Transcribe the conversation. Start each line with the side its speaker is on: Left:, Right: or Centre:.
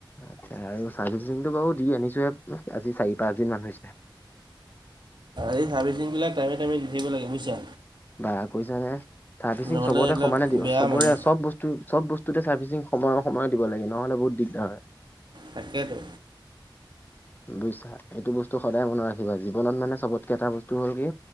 Left: আচ্ছা আৰু চাৰ্ভিছিং টো বাও দি আনিছো'হে আজি চাৰি-পাঁচ দিন মান হৈছে।
Right: এই চাৰ্ভিচিং বিলাক টাইমে-টাইমে দি থাকিব লাগে বুইছা।
Left: বা কৈছানে। চাৰ্ভিচিং
Right: নহ'লে
Left: চবতে
Right: এইবিলাক
Left: সমানে দিওঁ
Right: বেয়া
Left: চবৰে
Right: মানে
Left: চ'ব বস্তু- চ'ব বস্তুতে চাৰ্ভিচিং সময়ৰ সময় দিব লাগে নহ'লে বহুত দিগদাৰ হয়।
Right: তাকেটো।
Left: বুইছা এইটো বস্তু সদায় মনত ৰাখিবা জীৱনত মানে চবতকে এটা বস্তু হ'ল কি